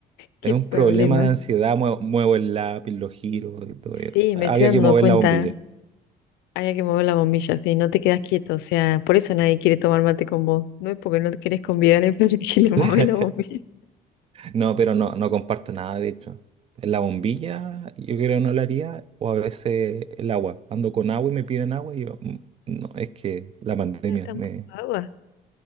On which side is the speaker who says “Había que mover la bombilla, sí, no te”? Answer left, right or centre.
Left